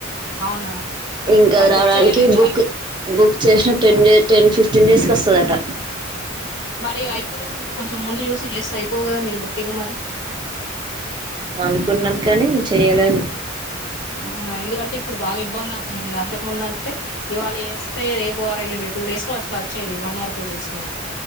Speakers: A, on the left; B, on the right.
A: అవునా
B: ఇంకా
A: మరి బుక్
B: రావడానికి
A: చేయలేదా
B: బుక్ బుక్ చేసిన ten day ten fifteen days కి వస్తుందట
A: మరి అయిపోలే ముందు కొంచెం ముందు యూస్ చేస్తే అయిపో కదా మీరు బుక్కింగ్ మరి
B: అనుకున్నాం కానీ చెయలేదు
A: ఆహా ఎందుకంటే ఇప్పుడు బాగా ఇబ్బంది అవుతుంది కదా అంతకు ముందు అంటే ఇవాళ వేస్తే రేపు అ వెళండి టూ డేస్ లో అసలా వచ్చేది వన్ అవర్ టూ డేస్ లో